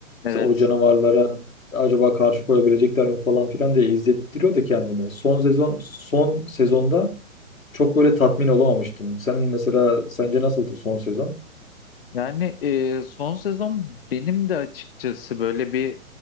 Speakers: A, on the left (about 45°); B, on the left (about 75°).
A: Evet.
B: işte o canavarlara acaba karşı koyabilecekler mi falan filan diye izlettiriyor da kendini. Son sezon son sezonda çok böyle tatmin olamamıştım. Sen mesela sence nasıldı son sezon?
A: Yani e, son sezon benim de açıkçası böyle bir